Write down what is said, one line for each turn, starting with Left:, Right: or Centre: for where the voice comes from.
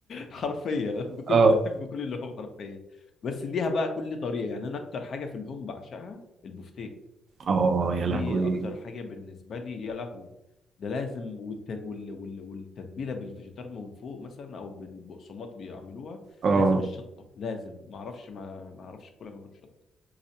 Left: حرفيا انا
Right: <laughs>
Left: بكون
Right: اه
Left: بحب كل اللحوم حرفيا بس ليها بقى كل طريقه يعني انا اكتر حاجه في اللحوم بعشقها البفتيك
Right: اه
Left: دي
Right: يا لهوي
Left: اكتر حاجه بالنسبه لي يا لهوي ده لازم والت... وال... وال... والتتبيله بالفيجيتار من فوق مثلا او بالبقسماط بيعملوها
Right: اه
Left: لازم الشطه لازم ما اعرفش ما ما اعرفش كلها من غير شطه